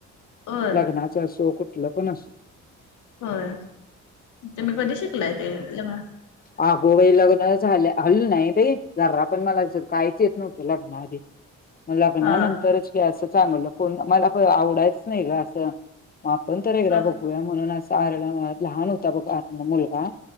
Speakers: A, on the left; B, on the left.
A: होय
B: लग्नाच असो कुठलं पण असो
A: होय तुम्ही कधी शिकलायत, हे
B: अग बाई लग्न झाल्या आधी नही जरा, बाई मला काही येत नव्हतं लग्नाआधी मग लग्नानंतर
A: हा
B: असं चांगलं कोण मला आवडायचं नाही ग असं आपण तर एकदा
A: हा
B: बघूया म्हणून असं कारण लहान होता का मुलगा